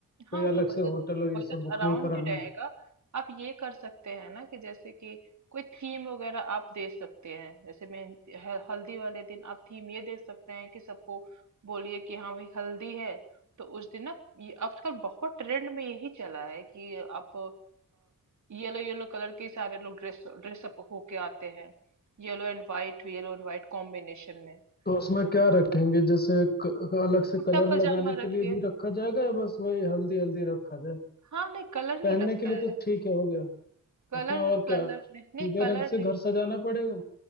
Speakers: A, on the right (about 55°); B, on the left (about 30°).
A: हाँ
B: कोई अलग
A: तो बजट
B: से होटल और ये
A: बजट
B: सब बुक
A: अराउंड
B: नहीं कराना
A: ही रहेगा आप ये कर सकते हैं ना कि जैसे कि कोई थीम वगैरह आप दे सकते हैं जैसे मेहंदी हल- हल्दी वाले दिन आप थीम ये दे सकते हैं कि सबको बोलिए कि हाँ भाई हल्दी है तो उस दिन ना ये आजकल बहुत ट्रेंड में यही चला है कि आप येलो येलो कलर के ही सारे लोग ड्रेस ड्रेसअप होके आते हैं yellow and white yellow and white combination में
B: तो उसमें
A: तो
B: क्या रखेंगे जैसे क, क- अलग से
A: कुर्ता
B: कलर
A: पजामा
B: लगाने के
A: रखिए
B: लिए भी रखा जाएगा या बस वही हल्दी हल्दी रखा जाए
A: हाँ नहीं कलर नहीं
B: पहनने
A: लगता
B: के लिए
A: है
B: तो ठीक है हो गया
A: कलर
B: उसमें और क्या
A: कलर
B: पीले
A: नहीं नहीं कलर
B: रंग से घर
A: नहीं
B: सजाना पड़ेगा